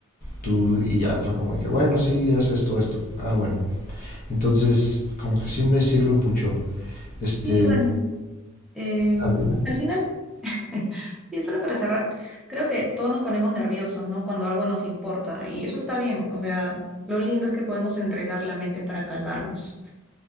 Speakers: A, on the left; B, in the centre.
A: tú, y ya fue como de que, bueno, sí, ya es esto, esto, ah, bueno. Entonces, como que sí me sirve mucho. Este,
B: Y bueno, eh,
A: ¿Adriana?
B: al final <laughs> Sí, solo para cerrar, creo que todos nos ponemos nerviosos, ¿no? Cuando algo nos importa y eso está bien, o sea, lo lindo es que podemos entrenar la mente para calmarnos.